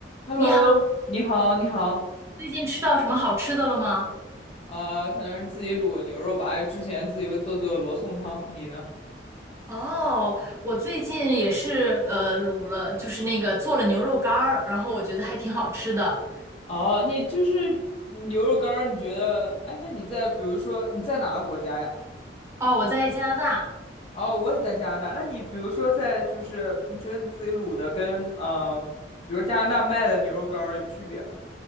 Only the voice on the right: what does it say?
你好，
最近吃到什么好吃的了吗？
哦，我最近也是呃卤了，就是那个做了牛肉干儿，然后我觉得还挺好吃的。
哦，我在加拿大，